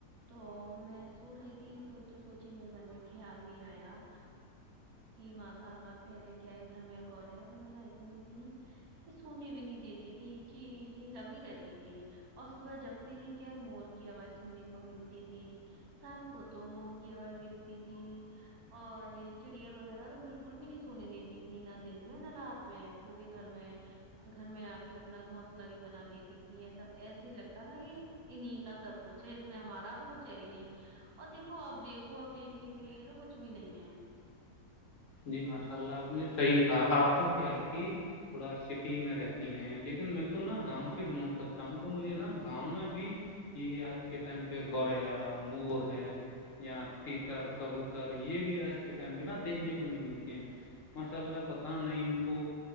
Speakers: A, on the right; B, on the left.
A: تو میں سو رہی تھی سوتے سوچی میرے من میں خیال بھی آیا کہ ماشاء اللہ پہلے کیا ہے گھر میں گوریا وغیرہ اتنی تھی کہ سونے بھی بھی نہیں دیتی تھی چین چی لگی رہتی تھی اور صبح جگتے ہی کیا ہے مور کی ہوائ سننے کو ملتی تھی شام کو تو مور کی ہوائ ملتی تھی اور یہ چڑیا وغیرہ تو بالکل بھی نہیں سنے دیتی تھی نہ دن میں نہ رات میں پورے گھر میں گھر میں آ کے اپنا گھونسلہ بھی بنا لیتی تھی ایسا ایسے ہی لگتا تھا کہ انہیں کا سب کچھ ہے اس میں ہمارا تو کچھ ہے ہی نہیں اور دیکھو اب دیکھو اب دیکھنے کے لیے تو کچھ بھی نہیں ہے
B: جی ماشاء اللہ آپ نے صحیح کہا آپ تو کیا ہے کہ تھوڑا سٹی میں رہتی ہیں لیکن میں تو نا گاؤں سے بلانگ کرتا ہوں تو مجھے نا گاؤں میں بھی یہ آج کے ٹائم پہ گوریا مور ہے یا تیتر کبوتر یہ بھی آج کے ٹائم پہ نا دیکھ دیکھنے کو نہیں ملتے ہیں ماشاء اللہ پتا نہیں ان کو